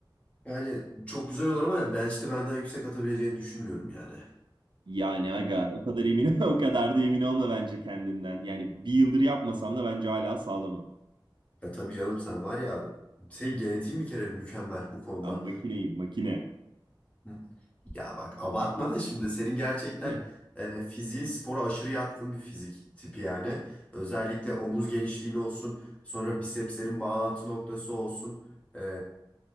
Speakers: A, on the left; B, on the right.
A: Yani çok güzel olur ama bench'te benden yüksek atabileceğini düşünmüyorum yani.
B: Yani aga o kadar emin <laughs> o kadar da emin olma bence kendinden. Yani bir yıldır yapmasam da bence hala sağlamım.
A: Ya tabii canım sen var ya senin genetiğin bir kere mükemmel bu konuda.
B: Ben makineyim makine.
A: Hı. Ya bak abartma da şimdi senin gerçekten
B: <laughs>
A: e, fiziğin spora aşırı yatkın bir fizik tipi yani. Özellikle omuz genişliğin olsun, sonra bisepslerin bağlantı noktası olsun. E,